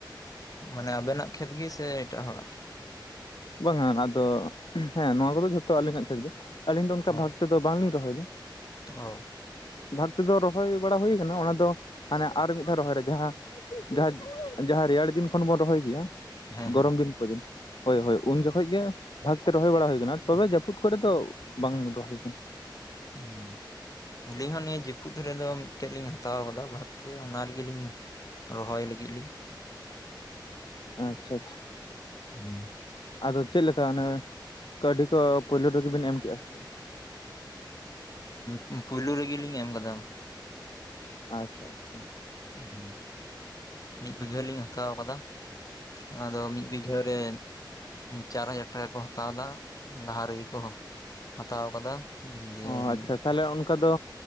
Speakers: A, on the left; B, on the left.
A: ᱢᱟᱱᱮ ᱟᱵᱮᱱᱟᱜ ᱠᱷᱮᱛ ᱜᱮ ᱥᱮ ᱮᱴᱟᱜ ᱦᱚᱲᱟᱜ?
B: ᱵᱟᱝ ᱟᱱ ᱟᱫᱚ ᱦᱮᱸ ᱱᱚᱣᱟ ᱠᱚᱫᱚ ᱡᱷᱚᱛᱚ ᱟᱹᱞᱤᱧᱟᱜ ᱠᱷᱮᱛ ᱜᱮ, ᱟᱹᱞᱤᱧ ᱫᱚ ᱚᱱᱠᱟ
A: ᱚ
B: ᱵᱷᱟᱜ ᱛᱮᱫᱚ ᱵᱟᱝ ᱞᱤᱧ ᱨᱚᱦᱚᱭ ᱫᱚ ᱾
A: ᱚ
B: ᱵᱷᱟᱜ ᱛᱮᱫᱚ ᱨᱚᱦᱚᱭ ᱵᱟᱲᱟ ᱦᱩᱭ ᱠᱟᱱᱟ, ᱚᱱᱟ ᱫᱚ ᱦᱟᱱᱮ ᱟᱨ ᱢᱤᱫ ᱫᱷᱟᱣ ᱨᱚᱦᱚᱭ ᱨᱮ ᱡᱟᱦᱟᱸ ᱡᱟᱦᱟᱸ, ᱡᱟᱦᱟᱸ ᱨᱮᱭᱟᱲ ᱫᱤᱱ ᱠᱷᱚᱱ ᱵᱚᱱ ᱨᱚᱦᱚᱭ ᱜᱮᱭᱟ,
A: ᱦᱮᱸ ᱦᱮᱸ
B: ᱜᱚᱨᱚᱢ ᱫᱤᱱ ᱯᱚᱨᱡᱚᱱᱛᱚ ᱦᱳᱭ, ᱦᱳᱭ ᱩᱱ ᱡᱚᱠᱷᱚᱱ ᱜᱮ ᱵᱷᱟᱜᱽ ᱛᱮ ᱨᱚᱦᱚᱭ ᱵᱟᱲᱟ ᱦᱩᱭᱩ ᱠᱟᱱᱟ, ᱛᱚᱵᱮ ᱡᱟᱹᱯᱩᱫ ᱠᱚᱨᱮ ᱫᱚ ᱵᱟᱝ ᱨᱚᱦᱚᱭ ᱠᱟᱱᱟ ᱾ <inaudible>
A: ᱦᱩᱸ ᱟᱹᱞᱤᱧ ᱦᱚᱸ ᱱᱤᱭᱟᱹ ᱡᱟᱹᱯᱩᱫ ᱨᱮᱫᱚ ᱢᱤᱫᱴᱮᱱ ᱞᱤᱧ ᱦᱟᱛᱟᱣ ᱠᱟᱫᱟ ᱵᱷᱟᱜ ᱛᱮ ᱚᱱᱟ ᱨᱮᱜᱮ ᱞᱤᱧ ᱨᱚᱦᱚᱭ ᱞᱟᱹᱜᱤᱫ ᱞᱤᱧ ᱾
B: ᱟᱪᱷᱟ, ᱟᱪᱪᱷᱟ ᱾
A: ᱦᱩᱸ ᱾
B: ᱟᱫᱚ ᱪᱮᱫ ᱞᱮᱠᱟ ᱚᱱᱟ ᱠᱟᱹᱣᱰᱤ ᱠᱚ ᱯᱳᱭᱞᱳ ᱨᱮᱜᱮᱵᱤᱱ ᱮᱢᱠᱮᱜᱼᱟ ᱥᱮ
A: ᱦᱩᱸ ᱯᱩᱭᱞᱩ ᱨᱮᱜᱤ ᱞᱤᱧ ᱮᱢ ᱠᱟᱫᱟ ᱾
B: ᱟᱪᱪᱷᱟ, ᱟᱪᱪᱷᱟ ᱾
A: ᱦᱩᱸ ᱢᱤᱫ ᱵᱤᱜᱷᱟᱹ ᱞᱤᱧ ᱦᱟᱛᱟᱣ ᱠᱟᱫᱟ ᱾ ᱟᱫᱚ ᱢᱤᱫ ᱵᱤᱜᱷᱟᱹ ᱨᱮ ᱪᱟᱨ ᱦᱟᱡᱟᱨ ᱴᱟᱠᱟ ᱠᱚ ᱦᱟᱛᱟᱣ ᱫᱟ, ᱞᱟᱦᱟ ᱨᱮᱜᱮ ᱠᱚ ᱦᱟᱛᱟᱣ ᱟᱠᱟᱫᱟ ᱾ ᱦᱩᱸ ᱫᱤᱭᱮ
B: ᱚ
A: ᱟᱹᱞᱤᱧ
B: ᱟᱪᱪᱷᱟ ᱛᱟᱦᱚᱞᱮ ᱚᱱᱠᱟ ᱫᱚ